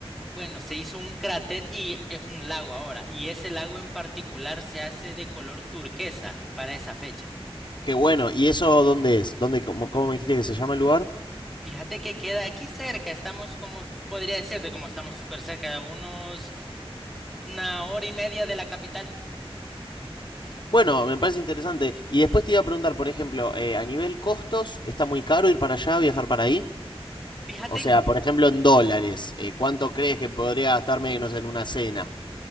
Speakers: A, in the centre; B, on the left.
A: bueno, se hizo un cráter y es un lago ahora, y ese lago en particular se hace de color turquesa para esa fecha.
B: Qué bueno. ¿Y eso dónde es? ¿Dónde, cómo, cómo me dijiste que se llama el lugar?
A: Fíjate que queda aquí cerca, estamos como, podría decirte, como estamos súper cerca, a unos una hora y media de la capital.
B: Bueno, me parece interesante. Y después te iba a preguntar, por ejemplo, eh, a nivel costos, ¿está muy caro ir para allá, viajar para ahí?
A: Fíjate,
B: O sea, por ejemplo, en dólares, eh, ¿cuánto crees que podría gastarme, no sé, en una cena?